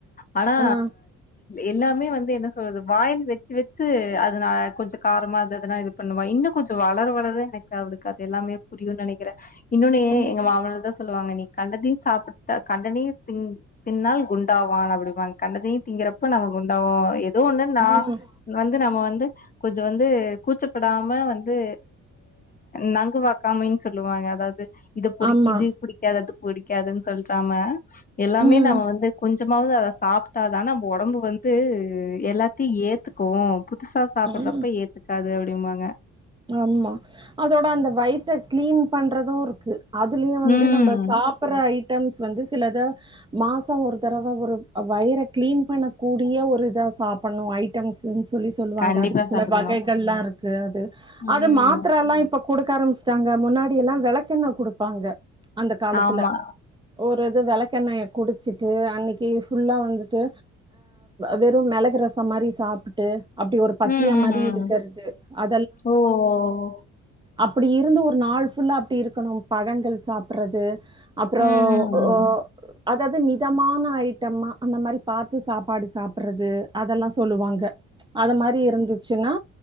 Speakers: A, on the left; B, on the right.
A: ஆனா
B: ஆ
A: எல்லாமே வந்து என்ன சொல்றது வாயில் வச்சு வச்சு அதனா கொஞ்சம் காரமா இருந்ததுனா இது பண்ணுவான் இன்னும் கொஞ்சம் வளர வளர இ ந்த அவளுக்கு அது எல்லாமே புரியும்னு நினைக்கிறேன் இன்னொன்னுயே
B: ம்
A: எங்க மாமனார் தான் சொல்லுவாங்க நீ கண்டதையும் சாப்ட்டா கண்டதையும் திங் தின்னால் குண்டாவான் அப்டிப்பாங்க கண்டதையும் திங்குறப்ப நம்ம குண்டாவோம் ஏதோ ஒன்னு நான
B: ம்
A: வந்து நம்ம வந்து கொஞ்சம் வந்து கூச்சப்படாம வந்து நங்கு வாக்காமைன்னு சொல்லுவாங்க அதாவது இது புறி
B: ஆமா
A: இது புடிக்காதது புடிக்காதுன்னு சொல்றாங்க எல்லாமே
B: ம்
A: நம்ம வந்து கொஞ்ச கொஞ்சமாவது அவ சாப்ட்டா தானா நம்ப உடம்பு வந்து எல்லாத்தையும் ஏத்துக்கும் புதுசா சாப்டுறப்ப
B: ம்
A: ஏத்துக்காது அவளு அப்டினுமாங்க
B: ஆமா அதோட அந்த வயித்த கிளீன் பண்றதும் அதுலயும் வந்து
A: ம்
B: நம்ம சாப்டுற ஐ ட்டம்ஸ் வந்து சிலத மாசம் ஒரு தடவை ஒரு வயிர கிளீன் பண்ணக்கூடிய ஒரு இத சாப்டணும் ஐட்டம்ஸ் சொல்லி சொல்லுவாங்க
A: கண்டிப்பா
B: அதுக்கு சில
A: சாப்பிடணு
B: வகைகளாம் இருக்கு அது
A: ம்
B: அது மாத்திரலாம் இப்ப கொடுக்க ஆரம்பிச்சுட்டாங்க முன்னாடி எல்லாம் விளக்கெண்ண கொடுப்பாங்க அந்த காலத்துல
A: ஆமா
B: ஒர் ப்றது விளக்கெண்ணெயை குடிச்சிட்டு அன்னைக்கி ஃபுல்லா வந்துட்டு வெறும் மெளகு ரசம் மாரி சாப்பட்டு அப்டி ஒரு பத்தியமா
A: ம் ம்
B: மாரி
A: ம்
B: இருக்கிறது அ
A: ஓ ஓ ஓ
B: அப்டி இருந்து ஒரு நாள் ஃபுல்லா அப்டி இருக்கணும் பழங்கள் சாப்பிடுறது அப்பறம்
A: ம் ம் ம்
B: ஓ அதாவ்து மிதமான ஐட்டமா அந்த மாரி பாத்து சாப்பாடு சாப்படுறது அதெல்லா சொல்லுவாங்க அது மாரி இருந்துச்சுன்னா